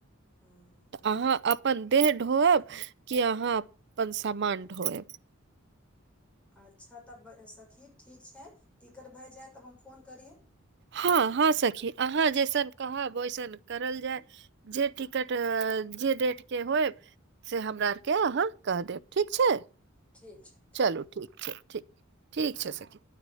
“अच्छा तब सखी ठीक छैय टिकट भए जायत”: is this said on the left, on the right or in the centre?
Centre